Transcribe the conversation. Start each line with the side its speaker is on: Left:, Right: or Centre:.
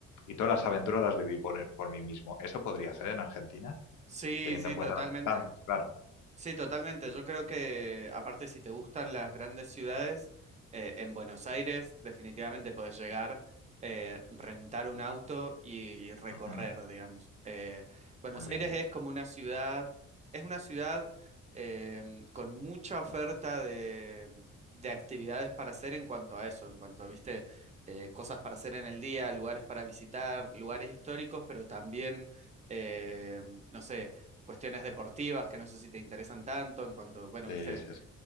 Left: y todas las aventuras las viví por, eh, por mí mismo. ¿Eso podría ser en Argentina?
Right: Sí,
Left: Teniendo
Right: sí,
Left: en cuenta
Right: totalmente.
Left: las distancias, claro.
Right: Sí, totalmente.
Left: Sí.
Right: Yo creo que, aparte, si te gustan las grandes ciudades, eh, en Buenos Aires definitivamente podés llegar, eh, rentar un auto y recorrer,
Left: Ujú,
Right: digamos. Eh, Buenos
Left: muy bien.
Right: Aires es como una ciudad, es una ciudad em, con mucha oferta de, de actividades para hacer en cuanto a eso, en cuanto a, viste, eh, cosas para hacer en el día, lugares para visitar, lugares históricos, pero también... em, no sé, cuestiones deportivas que no sé si te interesan tanto, en cuanto, bueno,
Left: Sí,
Right: viste,
Left: sí, sí.